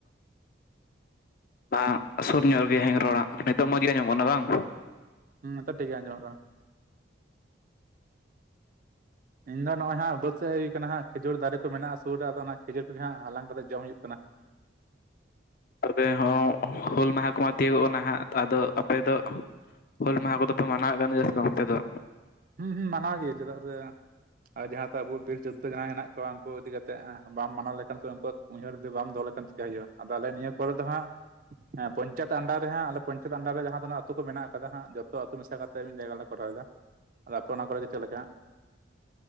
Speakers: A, on the left; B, on the right.
A: ᱚᱻᱵᱟᱝ ᱥᱩᱨ ᱧᱚᱜ ᱨᱮᱜᱮ ᱦᱮᱧ ᱨᱚᱲᱟᱜ ᱱᱤᱛᱚᱜ ᱢᱚᱡᱽ ᱜᱮ ᱟᱸᱡᱚᱢᱚᱜ ᱠᱟᱱᱟ ᱵᱟᱝ᱾
B: ᱦᱩᱸ ᱱᱤᱛᱚᱜ ᱴᱷᱤᱠ ᱜᱮ ᱟᱸᱡᱚᱢᱚᱜ ᱠᱟᱱᱟ ᱾ ᱤᱧ ᱫᱚ ᱱᱚᱜᱼᱚᱭ ᱦᱟᱸᱜ ᱵᱟᱹᱫᱽ ᱥᱮᱜ ᱦᱮᱜ ᱦᱩᱭ ᱠᱟᱱᱟ ᱦᱟᱸᱜ ᱠᱷᱤᱡᱩᱨ ᱫᱟᱨᱮ ᱠᱚ ᱢᱮᱱᱟᱜᱼᱟ, ᱥᱩᱨ ᱨᱮ ᱟᱫᱚ ᱚᱱᱟ ᱠᱷᱤᱡᱩᱨ ᱠᱚ ᱜᱮ ᱦᱟᱸᱜ ᱦᱟᱞᱟᱝ ᱠᱟᱛᱮᱜ ᱡᱚᱢ ᱦᱩᱭᱩᱜ ᱠᱟᱱᱟ᱾
A: ᱛᱚᱵᱮ ᱦᱚᱸ ᱦᱩᱞ ᱢᱟᱦᱟᱸ ᱠᱚᱢᱟ ᱛᱤᱭᱳᱜᱚᱜ ᱠᱟᱱᱟ, ᱦᱟᱸᱜ ᱟᱫᱚ ᱟᱯᱮ ᱫᱚ, ᱦᱩᱞ ᱢᱟᱦᱟᱸ ᱠᱚᱫᱚ ᱯᱮ ᱢᱮᱱᱟᱣᱮᱜ ᱠᱟᱱᱜᱮᱭᱟ ᱠᱟᱱ ᱥᱮ ᱵᱟᱝ ᱚᱱᱛᱮ ᱫᱚ᱾
B: ᱦᱩᱸ ᱦᱩᱸ ᱢᱟᱱᱟᱣ ᱜᱮ ᱪᱮᱫᱟᱜ ᱥᱮ, ᱟᱨ ᱡᱟᱦᱟᱸ ᱛᱚ ᱟᱵᱚ ᱵᱤᱨ ᱡᱳᱫᱫᱷᱟ ᱡᱟᱦᱟᱸᱭ ᱦᱮᱱᱟᱜ ᱠᱚᱣᱟ, ᱩᱱᱠᱩ ᱤᱫᱤ ᱠᱟᱛᱮᱜ ᱵᱟᱢ ᱢᱟᱱᱟᱣ ᱞᱮᱠᱷᱟᱱ ᱥᱮ ᱩᱱᱠᱩ, ᱩᱭᱦᱟᱹᱨ ᱡᱩᱫᱤ ᱵᱟᱢ ᱫᱚᱦᱚ ᱞᱮᱠᱷᱟᱱ ᱪᱮᱠᱟᱹᱭ ᱦᱩᱭᱩᱜᱼᱟ᱾ ᱟᱫᱚ ᱟᱞᱮ ᱱᱤᱭᱟᱹ ᱠᱚᱨᱮ ᱫᱚ ᱦᱟᱸᱜ, ᱦᱮᱸ ᱯᱚᱧᱪᱟᱭᱮᱛ ᱟᱱᱰᱟᱨ ᱨᱮ ᱦᱟᱸᱜ ᱟᱞᱮ ᱯᱚᱧᱪᱟᱭᱮᱛ ᱟᱱᱰᱟᱨ ᱨᱮ ᱡᱟᱦᱟᱸ ᱛᱤᱱᱟᱹᱜ ᱟᱹᱛᱩ ᱠᱚ ᱢᱮᱱᱟᱜ ᱟᱠᱟᱫᱟ ᱦᱟᱸᱜ, ᱡᱚᱛᱚ ᱟᱛᱳ ᱢᱮᱥᱟ ᱠᱟᱛᱮ ᱢᱤᱫ ᱡᱟᱭᱜᱟ ᱞᱮ ᱠᱚᱨᱟᱣᱮᱫᱟ᱾ ᱟᱫᱚ ᱟᱯᱮ ᱚᱱᱟ ᱠᱚᱨᱮᱜᱮ ᱪᱮᱫ ᱞᱮᱠᱟ?